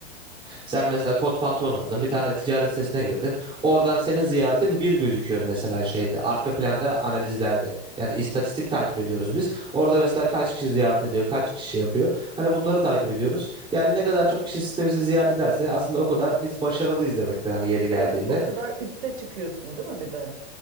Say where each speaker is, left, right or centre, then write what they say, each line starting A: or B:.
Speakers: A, on the right (about 15°); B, on the right (about 70°).
A: sen mesela kot pantolon aldın, bir tane ticaret sitesine girdin. Oradan senin ziyaretin bir gözüküyor mesela şeyde arka planda analizlerde. Yani istatistik takip ediyoruz biz. Orada mesela kaç kişi ziyaret ediyor, kaç kişi yapıyor. Hani bunları takip ediyoruz. Yani ne kadar çok kişi sitemizi ziyaret ederse aslında o kadar biz başarılıyız demektir hani yeri geldiğinde.
B: Evet, o kadar üste çıkıyorsun değil mi bir de